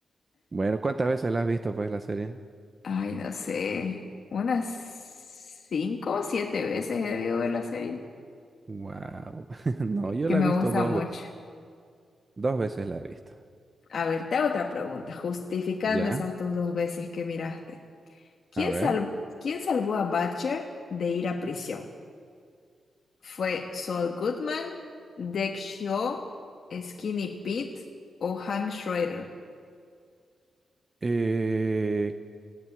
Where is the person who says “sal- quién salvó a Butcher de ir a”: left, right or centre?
Left